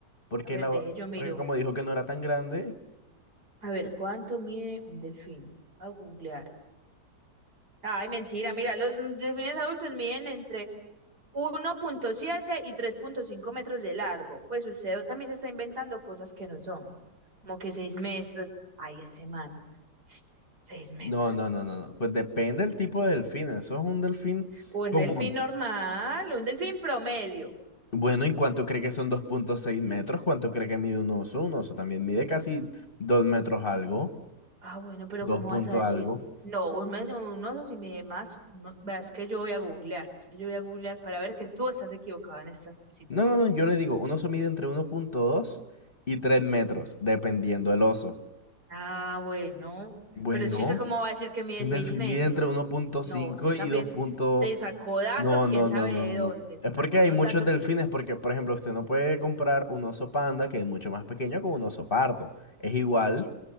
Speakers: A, on the left; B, on the right.
A: Porque,
B: A ver,
A: la,
B: deje,
A: ba-
B: yo miro.
A: porque como dijo que no era tan grande,
B: A ver, ¿cuánto mide un delfín? A googlear. Ay, mentira, mira, los delfines adultos miden entre 1.7 y 3.5 metros de largo. Pues usted también se está inventando cosas que no son, como que 6 metros. Ay, ese man, s- Seis metros.
A: no, no, no, no, no. Pues depende del tipo de delfín. Eso es un delfín
B: Un
A: común.
B: delfín normal, un delfín promedio.
A: Bueno, ¿y cuánto cree que son dos punto seis metros? ¿Cuánto cree que mide un oso? Un oso también mide casi 2 metros algo,
B: Ah, bueno, pero
A: 2
B: ¿cómo
A: punto
B: vas a decir?
A: algo.
B: No, un, mes, un oso si mide más, uno, vea, es que yo voy a googlear, es que yo voy a googlear para ver que tú estás equivocado en esta situación.
A: No, no, no, yo le digo, un oso mide entre uno punto dos y 3 metros, dependiendo del oso.
B: Ah, bueno,
A: Bueno,
B: pero es que usted cómo va a decir que mide
A: un
B: seis
A: delfín
B: metros.
A: mide entre uno punto
B: No,
A: cinco
B: usted
A: y
B: también
A: 2 punto...
B: se sacó datos,
A: No,
B: quién
A: no,
B: sabe
A: no, no,
B: de
A: no,
B: dónde,
A: no.
B: se
A: Es
B: sacó
A: porque
B: unos
A: hay muchos
B: datos,
A: delfines,
B: quién sabe.
A: porque, por ejemplo, usted no puede comprar un oso panda, que es mucho más pequeño, con un oso pardo. Es igual,